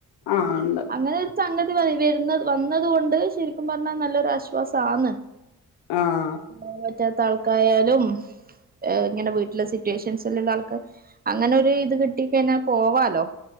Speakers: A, on the left; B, on the right.
A: ആഹ് ഉണ്ട്
B: അങ്ങനെ ഒരു സംഗതി വര് വരുന്നത് വന്നത് കൊണ്ട് ശരിക്കും പറഞ്ഞാ നല്ലൊരു ആശ്വാസാന്ന്
A: ആഹ്
B: പോവാൻ പറ്റാത്ത ആൾക്കായാലും ഏഹ് ഇങ്ങനെ വീട്ടിലെ സിറ്റുവേഷൻസ്ല്ല്ള്ള ആൾക്ക് അങ്ങനെ ഒരു ഇത് കിട്ടി കയ്ഞാ പോവാലോ